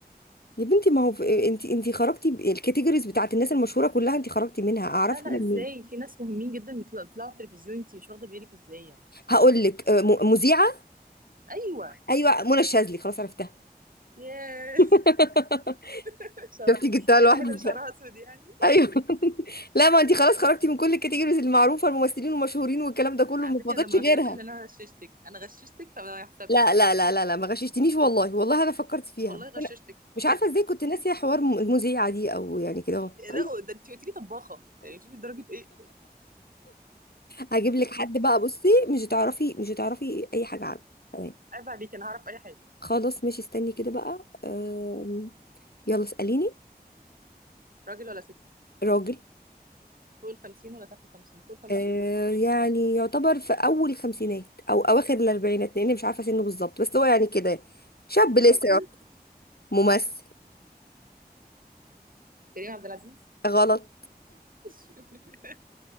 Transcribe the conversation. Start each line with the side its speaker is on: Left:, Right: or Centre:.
Left: يا بنتي ما هو في... انت انت خرجتي ب- الكاتيجوريز بتاعت الناس المشهورة كلها انت خرجتي منها اعرفها
Right: لا لا
Left: انا
Right: ازاي
Left: منين
Right: في ناس مهمين جدا بيطلعوا بيطلعوا في التلفزيون انت مش واخدة بالك ازاي يعني
Left: هقول لك آه، م- مذيعة
Right: ايوه
Left: ايوه منى الشاذلي خلاص عرفتها
Right: ياه
Left: <laughs>
Right: <laughs> شاطر
Left: شفتي جبتها
Right: ايه
Left: لوحدي
Right: الواحدة اللي شعرها اسود يعني
Left: ايوه <laughs> لا ما انت خلاص خرجتي من كل الكاتيجوريز المعروفه الممثلين والمشهورين والكلام ده كله
Right: على
Left: ما
Right: فكرة
Left: فضلش
Right: ده ما
Left: غيرها
Right: يحسبش ان انا غششتك انا غششتك فما يحسبش
Left: لا لا لا لا لا ما غششتنيش والله والله انا فكرت فيها
Right: والله
Left: بس
Right: غششتك
Left: انا مش عارفه ازاي كنت ناسيه حوار م- المذيعه دي او يعني كده اهو <laughs>
Right: لا ده انت قلت لي طباخه يعني شوفي درجه ايه
Left: هجيب لك حد بقى بصي مش هتعرفي مش هتعرفي اي حاجه عنه تمام
Right: عيب عليك انا هعرف اي حاجه
Left: خلاص ماشي استني كده بقى أم، يلا اساليني
Right: راجل ولا ست
Left: راجل
Right: فوق ال 50 ولا تحت ال 50 فوق ال 50
Left: أه، يعني يعتبر في اول الخمسينات او اواخر الاربعينات لاني مش عارفه سنه بالظبط بس هو يعني كده شاب
Right: ممثل
Left: لسه ممثل
Right: كريم عبد العزيز
Left: غلط
Right: <laughs>